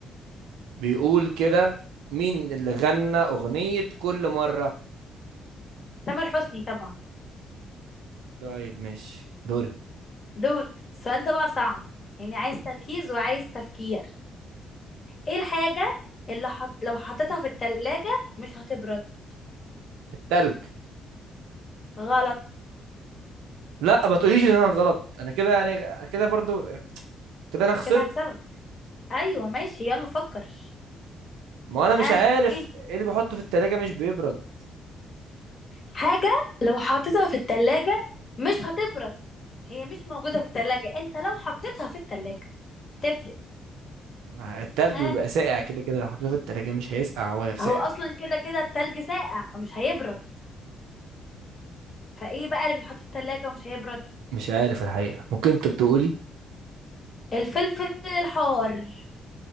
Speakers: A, on the right; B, on the left.
A: بيقول كده مين اللي غنى اغنيه كل مره
B: تامر حسني طبعا
A: طيب ماشي دوري
B: دورك السؤال ده بقى صعب يعني عايز تركيز وعايز تفكير ايه الحاجه اللي حط... لو حطيتها في التلاجة مش هتبرد
A: التلج
B: غلط
A: لا ما تقوليش ان انا غلط انا كده يعني كده برضو كده انا خسرت
B: كده هكسبك ايوه ماشي يلا فكر
A: ما انا
B: ها
A: مش عارف
B: ايه
A: ايه اللي بحطه في التلاجة مش بيبرد
B: حاجه لو حطيتها في التلاجة مش هتبرد هي مش موجوده في التلاجة انت لو حطيتها في التلاجة تفرق
A: ما التلج
B: ها
A: بيبقى ساقع كده كده لو حطيته في التلاجة مش هيسقع هو ساقع
B: هو اصلا كده كده التلج ساقع فمش هيبرد فايه بقى اللي بيتحط في التلاجة ومش هيبرد
A: مش عارف الحقيقة ممكن انت بتقولي
B: الفلفل الحار